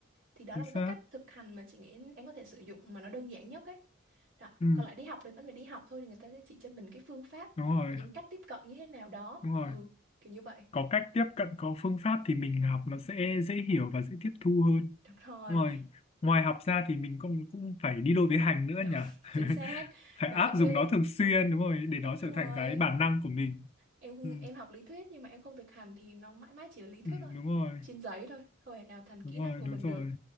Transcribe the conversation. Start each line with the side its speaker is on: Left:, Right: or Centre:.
Right: thì đó
Left: chính
Right: là một cái
Left: xác
Right: cách thực hành mà chị nghĩ em có thể sử dụng mà nó đơn giản nhất ấy đó
Left: ừ
Right: còn lại đi học thì vẫn phải đi học thôi thì người ta sẽ chỉ cho mình cái phương pháp
Left: đúng rồi
Right: và những cách tiếp cận như thế nào đó
Left: đúng rồi
Right: ừ kiểu như vậy
Left: có cách tiếp cận có phương pháp thì mình học nó sẽ dễ hiểu và dễ tiếp thu
Right: Ừ,
Left: hơn
Right: đúng rồi
Left: đúng rồi ngoài học ra thì mình cũng cũng phải đi đôi với hành nữa
Right: đúng
Left: nhỉ
Right: <laughs> chính xác
Left: <laughs> phải
Right: đó
Left: áp
Right: chứ
Left: dụng nó thường xuyên đúng rồi để
Right: đúng
Left: nó
Right: rồi
Left: trở thành cái bản năng của mình
Right: em không-
Left: ừ
Right: em học lý thuyết nhưng mà em không thực hành thì nó mãi mãi chỉ là lý thuyết
Left: ừ
Right: thôi
Left: đúng rồi
Right: trên giấy thôi không thể nào thành kỹ
Left: đúng
Right: năng
Left: rồi
Right: của
Left: đúng
Right: mình
Left: rồi
Right: được